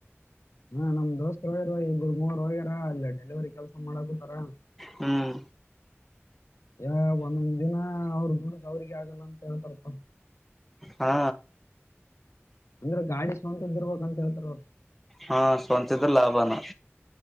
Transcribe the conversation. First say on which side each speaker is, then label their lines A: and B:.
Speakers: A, on the left (about 75°); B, in the centre.
A: ಹಾ ನಮ್ ದೋಸ್ತತ್ ಹೋಗ್ಯಾರ ಇಬ್ರು ಮೂವರು ಹೋಗ್ಯಾರ ಅಲ್ಲಿ ಡೆಲಿವರಿ ಕೆಲ್ಸ ಮಾಡಕಂತಾರ
B: ಹ್ಮ್
A: ಯ ಒಂದೊಂದ್ ದಿನ ಅವ್ರ ುಡ್ದ ಅವ್ರಿಗೆ ಆಗಲ್ಲ ಅಂತ ಹೇಳ್ತಾರಪ
B: ಹಾ
A: ಅಂದ್ರೆ ಗಾಡಿ ಸ್ವಂತದ್ ಇರ್ಬೇಕಂತ ಹೇಳ್ತಾರ ಅವ್ರು
B: ಹಾ ಸ್ವಂತಿದ್ರ ಲಾಭನ